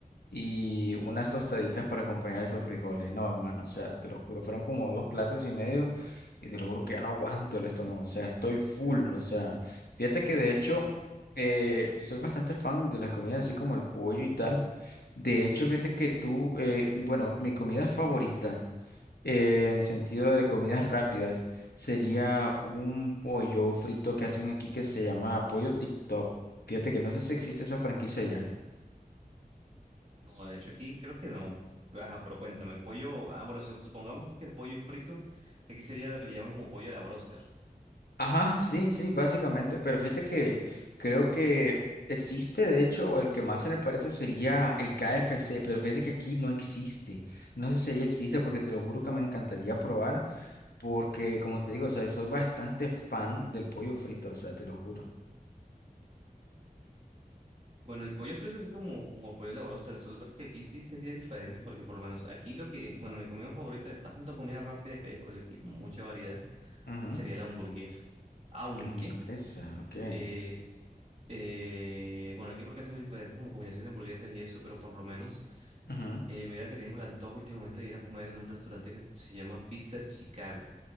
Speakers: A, on the left; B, on the right.
A: y unas tostaditas para acompañar esos frijoles. No, hermano, o sea, te lo juro, fueron como dos platos y medio y te lo juro que ya no aguanto el estómago, o sea, estoy full, o sea, fíjate que de hecho eh, soy bastante fan de las comidas así como el pollo y tal. De hecho, fíjate que tú, eh, bueno, mi comida favorita eh, en sentido de comidas rápidas sería un pollo frito que hacen aquí que se llama pollo TikTok. Fíjate que no sé si existe esa franquicia ya.
B: No, de hecho aquí creo que no. Ajá, pero cuéntame, pollo, ah, bueno, sup- supongamos que el pollo es frito, aquí sería lo que le llaman como pollo a la broster.
A: Ajá, sí, sí, básicamente, pero fíjate que creo que existe, de hecho, el que más se le parece sería el KFC, pero fíjate que aquí no existe. No sé si allá existe porque te lo juro que me encantaría probar, porque como te digo, o sea, soy bastante fan del pollo frito, o sea, te lo juro.
B: Bueno, el pollo frito es como, como el pollo a la broster, solo que aquí sí sería diferente, porque por lo menos aquí lo que, bueno, mi comida favorita de tanto comida rápida que hay, porque aquí hay como mucha variedad,
A: Ujú,
B: sería la hamburguesa. Aunque,
A: Hamburguesa, ok.
B: eh, eh, bueno, aquí porque hacemos diferentes como combinación de hamburguesas y eso, pero por lo menos,
A: Ujú,
B: eh, mira que tengo el antojo últimamente de ir a comer en un restaurante que se llama Pizza Chicago.